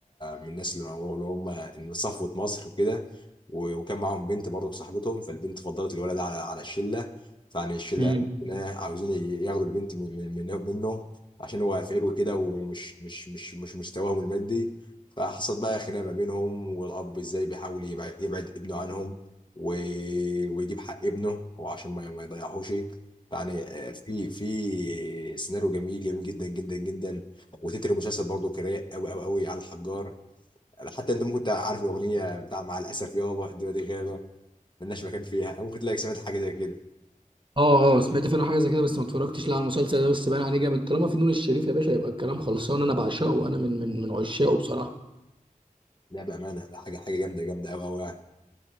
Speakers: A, on the left; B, on the right.
A: من الناس اللي هو- اللي هم من صفوه مصر وكده و- وكان معاهم بنت برضه صاحبتهم فالبنت فضلت الولد على على الشله فيعني الشله
B: مم.
A: عاوزين ياخدوا البنت من- من- منه منه عشان هو فقير وكده ومش مش مش مش مستواهم المادي فحصل بقى خناقه ما بينهم والاب ازاي بيحاول يبعد, يبعد ابنه عنهم و... ويجيب حق ابنه وعشان ما, ما يضيعهوش يعني آه، في في سيناريو جميل جميل جدا جدا جدا وتتر المسلسل برضه كراء قوي قوي قوي على الحجار حتى انت ممكن تبقى عارف الاغنيه بتاع مع الاسف يابا الدنيا دي غابه ملناش مكان فيها أو ممكن تلاقي سمعت حاجه زي كده
B: اه اه سمعت فعلا حاجه زي كده بس ما اتفرجتش لا على المسلسل ده بس باين عليه جامد طالما في نور الشريف يا باشا يبقى الكلام خلصان انا بعشقه انا من من من عشاقه بصراحه
A: لا بامانه ده حاجه حاجه جامده جامده قوي قوي